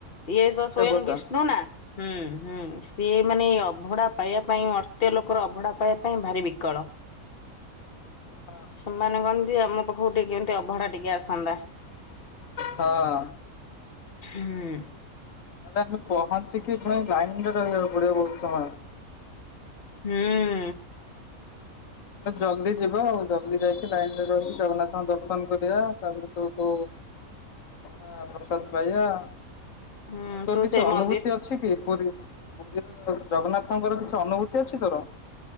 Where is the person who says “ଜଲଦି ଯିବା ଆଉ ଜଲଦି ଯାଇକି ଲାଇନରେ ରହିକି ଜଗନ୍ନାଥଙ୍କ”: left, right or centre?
Left